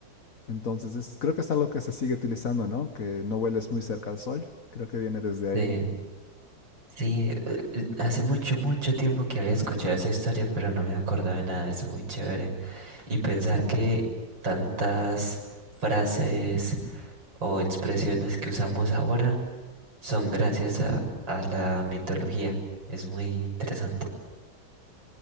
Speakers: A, on the left (about 45°); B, on the right (about 65°).
A: Entonces, es- creo que es algo que se sigue utilizando, ¿no? Que no vueles muy cerca al sol. Creo que viene desde ahí.
B: Sí. Sí, eh, eh, hace mucho, mucho tiempo que había escuchado esa historia, pero no me acordaba de nada, es muy chévere. Y pensar que tantas frases o expresiones que usamos ahora son gracias a, a la mitología, es muy interesante.